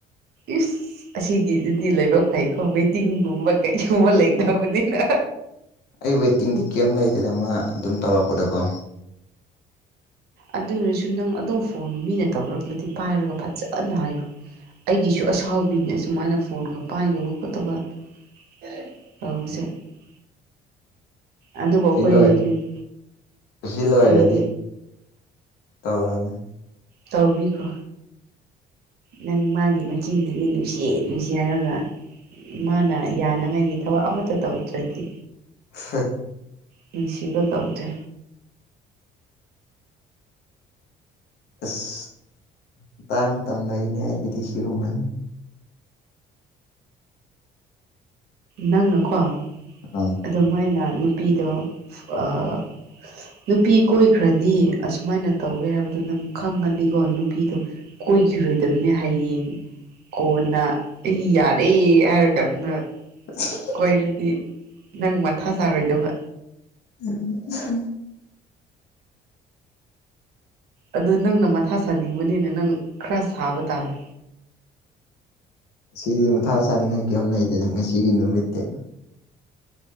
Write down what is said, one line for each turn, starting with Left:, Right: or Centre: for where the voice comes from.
Right: ꯏꯁ ꯑꯁꯤꯒꯤꯗꯨꯗꯤ ꯂꯥꯏꯕꯛ ꯐꯩꯀꯣ ꯋꯦꯇꯤꯡꯒꯨꯝꯕ ꯀꯔꯤꯒꯨꯝꯕ ꯂꯩꯇꯕꯅꯤꯅ
Left: ꯑꯩ ꯋꯦꯇꯤꯡꯗꯤ ꯀꯩꯝ ꯂꯩꯇꯦꯗꯃ ꯃꯥꯅ ꯑꯗꯨꯝ ꯇꯧꯔꯛꯄꯗꯀꯣ
Right: ꯑꯗꯨ ꯑꯣꯏꯔꯁꯨ ꯅꯪ ꯑꯗꯨꯝ ꯐꯣꯟ ꯃꯤꯅ ꯇꯧꯔꯛꯔꯗꯤ ꯄꯥꯏꯔꯒ ꯐꯖꯅ ꯍꯥꯏꯌꯨ ꯑꯩꯒꯤꯁꯨ ꯑꯁꯥꯎꯕꯤꯅꯤ ꯑꯁꯨꯃꯥꯏꯅ ꯐꯣꯟꯒ ꯄꯥꯏꯗꯕ ꯈꯣꯠꯇꯕ <unintelligible> ꯑꯗꯨꯕꯨ ꯑꯩꯈꯣꯏꯒꯤ
Left: ꯁꯤ ꯂꯣꯏ
Right: ꯍꯧꯖꯤꯛ
Left: ꯁꯤ ꯂꯣꯏꯔꯗꯤ
Right: ꯎꯝ
Left: ꯇꯧꯔꯅꯤ
Right: ꯇꯧꯕꯤꯈꯔꯣ ꯅꯪ ꯃꯥꯒꯤ ꯃꯆꯤꯟꯗꯗꯤ ꯅꯨꯡꯁꯤꯌꯦ ꯅꯨꯡꯁꯤꯌꯦ ꯍꯥꯏꯔꯒ ꯃꯥꯅ ꯌꯥꯅꯉꯥꯏꯒꯤ ꯊꯕꯛ ꯑꯃꯇ ꯇꯧꯗ꯭ꯔꯗꯤ
Left: <unintelligible>
Right: ꯅꯨꯡꯁꯤꯕ ꯀꯧꯗ꯭ꯔꯦ
Left: ꯑꯁ ꯃꯇꯥꯡꯕ ꯃꯇꯝ ꯂꯩꯅꯦ ꯑꯩꯒꯤꯗꯤ ꯁꯤꯒꯨꯝꯕ
Right: ꯅꯪꯅꯀꯣ
Left: ꯑꯥ
Right: ꯑꯗꯨꯃꯥꯏꯅ ꯅꯨꯄꯤꯗꯣ <unintelligible> ꯅꯨꯄꯤ ꯀꯣꯏꯈ꯭ꯔꯗꯤ ꯑꯁꯨꯃꯥꯏꯅ ꯇꯧꯋꯦ ꯍꯥꯏꯕꯗꯣ ꯅꯪ ꯈꯪꯉꯗꯤꯀꯣ ꯅꯨꯄꯤꯗꯣ ꯀꯣꯏꯈꯤꯔꯣꯏꯗꯕꯅꯦ ꯍꯌꯦꯡ ꯀꯣꯟꯅ ꯑꯩ ꯌꯥꯔꯦ ꯍꯥꯏꯔꯀꯥꯟꯗ
Left: <unintelligible>
Right: ꯀꯣꯏꯔꯗꯤ ꯅꯪ ꯃꯊꯥ ꯁꯥꯔꯣꯏꯗꯕ
Left: ꯎꯝ
Right: ꯑꯗꯨ ꯅꯪꯅ ꯃꯊꯥ ꯁꯥꯅꯤꯡꯕꯅꯤꯅ ꯅꯪ ꯈꯔ ꯁꯥꯕ ꯇꯥꯕ
Left: ꯁꯤꯗꯤ ꯃꯊꯥ ꯁꯥꯅꯤꯡꯉꯥꯏ ꯀꯩꯝ ꯂꯩꯇꯦꯗ ꯉꯁꯤꯒꯤ ꯅꯨꯃꯤꯠꯇꯤ